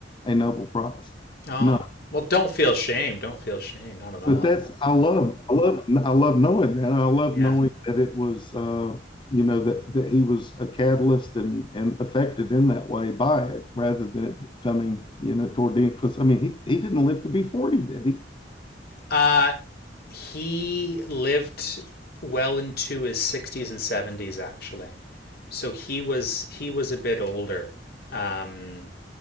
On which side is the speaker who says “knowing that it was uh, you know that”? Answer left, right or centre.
Left